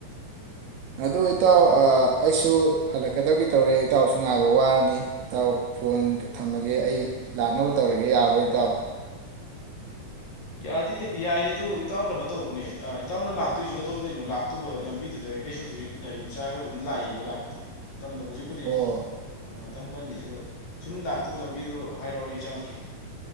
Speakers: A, on the right; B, on the left.
A: ꯑꯗꯨ ꯏꯇꯥꯎ ꯑꯩꯁꯨ ꯍꯜꯂꯛꯀꯗꯕꯒꯤ ꯇꯧꯔꯦ ꯏꯇꯥꯎꯁꯨ ꯉꯥꯏꯕ ꯋꯥꯔꯅꯤ ꯏꯇꯥꯎ ꯐꯣꯟ ꯊꯝꯃꯒꯦ ꯑꯩ ꯂꯥꯛꯅꯕ ꯇꯧꯔꯒꯦ ꯌꯥꯔꯕꯣ ꯏꯇꯥꯎ
B: ꯌꯥꯗꯤ ꯌꯥꯏꯌꯦ ꯑꯗꯨꯣ ꯏꯇꯥꯎ ꯀꯩꯅꯣ ꯇꯧꯕꯅꯦ ꯏꯇꯥꯎꯅ ꯂꯥꯛꯇꯣꯏꯁꯤ ꯀꯗꯣꯝꯗꯩꯅꯣ ꯂꯥꯛꯇꯨꯕ ꯂꯝꯕꯤꯗꯨꯗ ꯑꯩꯁꯨ ꯍꯧꯖꯤꯛ ꯒꯥꯔꯤ ꯑꯃ ꯆꯥꯔꯒ ꯑꯗꯨꯝ ꯂꯥꯛꯏꯕ ꯂꯥꯛꯄꯗꯤ <inaudible> ꯍꯧꯖꯤꯛꯄꯨꯗꯤ
A: ꯑꯣ
B: <inaudible> ꯈꯤꯇꯪ ꯄꯜꯂꯤ ꯑꯗꯣ ꯁꯨꯝ ꯂꯥꯛꯇꯕ ꯂꯝꯕꯤꯗꯣ ꯍꯥꯏꯔꯛꯑꯣ ꯑꯩ ꯆꯛꯂꯛꯀꯦ